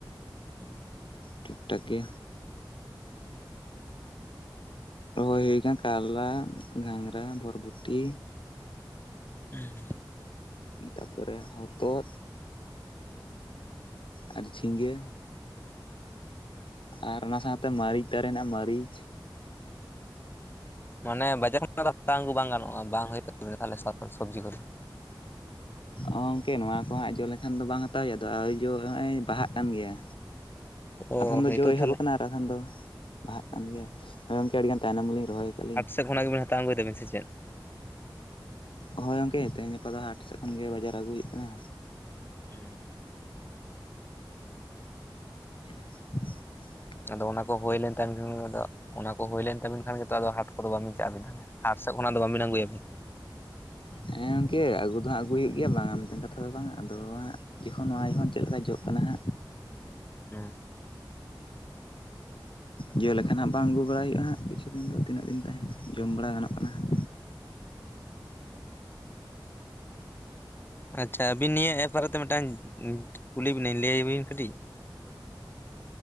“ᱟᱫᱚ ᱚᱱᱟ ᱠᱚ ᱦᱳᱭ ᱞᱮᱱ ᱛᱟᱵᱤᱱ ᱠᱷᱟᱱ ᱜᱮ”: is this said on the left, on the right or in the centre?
Left